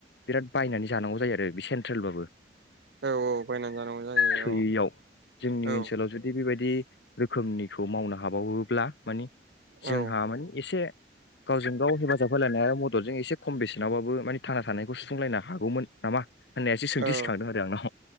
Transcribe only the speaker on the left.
बिराद बायनानै जानांगौ जायो आरो बे बे सेनट्रेलबाबो
थोयियाव जोंनि
ओनसोलाव जुदि बेबाय बि रोखोमनिखौ मावनो हाबावोब्ला मानि जोंहा
मानि एसे गावजों गाव हेफाजाब होलायनाय मददजों एसे खम बेसेनावबाबो माने थांना थानायखौ सुफुंलायनो हागौमोन नामा होननायासो सोंथि
सिखांदों आरो आंनाव।